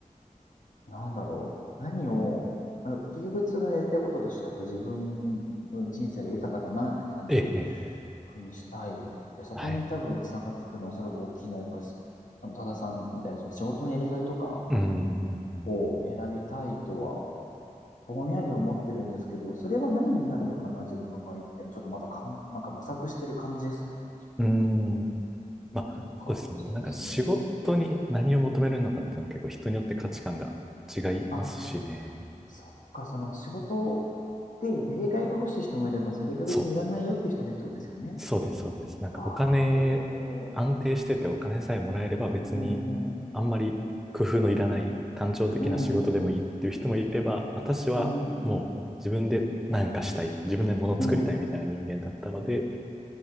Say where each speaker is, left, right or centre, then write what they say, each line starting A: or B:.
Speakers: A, on the left (about 65°); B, in the centre.
A: なんだろう、何を、あ結局そのやりたいこととしてはやっぱ自分の人生が豊かだなって感じる
B: ええ、ええ、ええ
A: ふうにしたい。で、そこに多分つながってくるのはおそらく大きいのはやっぱり、
B: はい。
A: あの、多田さんみたいなその仕事のやりがいとか
B: うん、
A: を選びたいとは、
B: うん、
A: ぼんやり思ってるんですけど、それは何になるのかな、自分の場合っていうのはちょっとまだかん、なんか模索してる感じですね。
B: うん。うん。まあ、
A: なんか、
B: そうですね。
A: そうですね。
B: なんか仕事に何を求めるのかっていうのも結構人によって価値観が違いますしね。
A: あ、そっか、その仕事でやりがいが欲しい人もいれば、やりがい別にいらないよって人もいるってことですよね。
B: そう。そうです、そうです。なんかお金、
A: ああ、なるほど。
B: 安定しててお金さえもらえれば別に
A: うんうん。
B: あんまり工夫のいらない単調的な仕事でもいいっていう人もいれば、
A: うん。
B: 私はもう自分で何かしたい、
A: うんうん。
B: 自分で物作りたいみたいな人間だったので、
A: うん。
B: っ